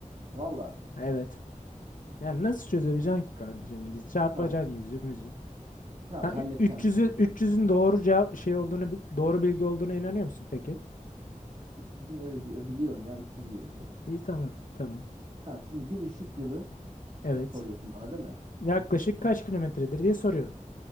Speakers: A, on the right; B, on the left.
A: Valla.
B: Evet. Yani nasıl çözebileceksin ki kanka şimdi? Çarpacaksın
A: Tamam.
B: yüzümüzü.
A: Tamam
B: Ha,
A: halledeceğim
B: ü- 300'ü
A: ben şimdi.
B: 300'ün doğru cevap şey olduğunu bil- doğru bilgi olduğuna inanıyor musun peki?
A: 300'ün öyle diyor. Biliyorum ya 300 diye biliyorum.
B: İyi tamam tamam.
A: Tamam şimdi bir ışık yılı
B: Evet.
A: soruyorsun bana değil mi?
B: Yaklaşık kaç kilometredir diye soruyorum.